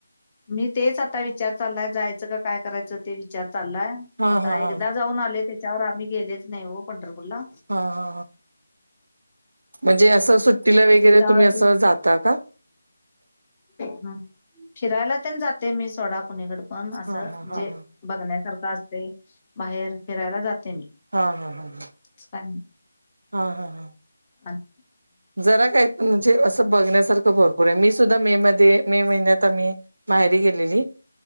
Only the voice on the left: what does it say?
मी तेच आता विचार चाललाय जायचं का काय करायचं ते विचार चाललाय,
आता
एकदा जाऊन आले त्याच्यावर आम्ही गेलेच नाही हो पंढरपूरला,
ते जा
ते
हम् फिरायला तेण जाते मी सोडा पुणीकड पण असं
जे
बघण्यासारखं असतंय, बाहेर फिरायला जाते मी,
<unintelligible>
आणि